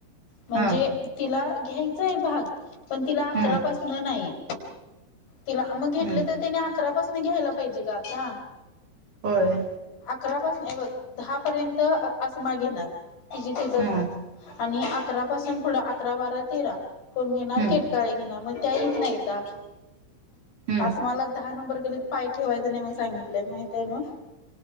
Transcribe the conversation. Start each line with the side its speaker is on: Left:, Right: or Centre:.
Left: म्हणजे
Right: हा
Left: तिला घ्यायचय भाग पण तिला अकरापासन
Right: हम्म
Left: नाही. तिला मग घेतले
Right: हम्म
Left: तर त्यानी अकरा पाासून घ्यायला पाहिजे ग आता.
Right: होय
Left: अकरापासन हे बघ दहापर्यंत आसमा घेनार. तिजे तिचा
Right: हम्म
Left: भाग, आणि अकरा पासून पुढं अकरा, बारा, तेरा. कोण घेणार,
Right: हम्म
Left: केटकाळे घेणार, मग त्या यत नाहीता.
Right: हम्म
Left: असं मला दहा नंबर गली पाय ठेवायचं नाही म्हणून सांगितलंय माहित आहे ना.